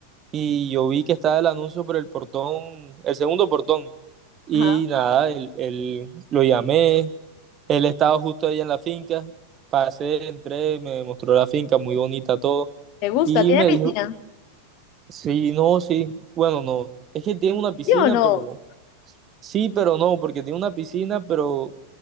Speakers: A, on the right; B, on the left.
A: y yo vi que estaba el anuncio por el portón, el segundo portón. Y
B: Ajá.
A: nada, él, él- lo llamé, él estaba justo ahí en la finca, pasé, entré, me mostró la finca, muy bonita todo.
B: ¿Te gusta?
A: Y
B: ¿Tiene
A: me
B: piscina?
A: dijo, Sí, no, sí. Bueno, no. Es que tiene una piscina,
B: ¿Sí o no?
A: pero no. Sí, pero no, porque tiene una piscina, pero